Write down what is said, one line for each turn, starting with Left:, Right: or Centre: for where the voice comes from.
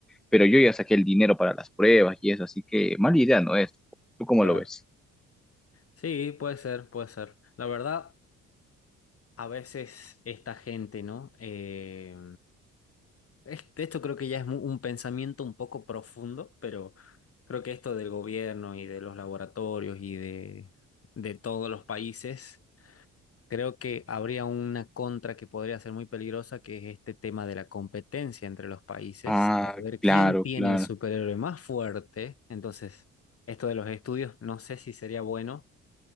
Centre: Pero yo ya saqué el dinero para las pruebas y eso, así que mala idea no es. ¿Tú cómo
Left: Claro.
Centre: lo ves?
Left: Sí, puede ser, puede ser. La verdad, a veces esta gente, ¿no? Eh, es- esto creo que ya es mu- un pensamiento un poco profundo, pero creo que esto del gobierno y de los laboratorios y de, de todos los países Creo que habría una contra que podría ser muy peligrosa, que es este tema de la competencia entre los países.
Centre: Ah,
Left: A ver quién
Centre: claro,
Left: tiene
Centre: claro.
Left: el superhéroe más fuerte. Entonces, esto de los estudios, no sé si sería bueno